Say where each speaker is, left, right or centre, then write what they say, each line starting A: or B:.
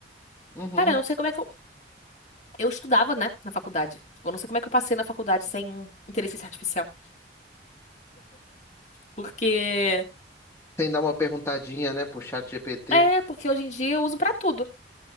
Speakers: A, on the left; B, on the left.
A: Uhum.
B: cara, eu não sei como é que eu. Eu estudava, né, na faculdade. Eu não sei como é que eu passei na faculdade sem inteligência artificial. Porque.
A: Sem dar uma perguntadinha, né, pro chat GPT.
B: É, porque hoje em dia eu uso pra tudo.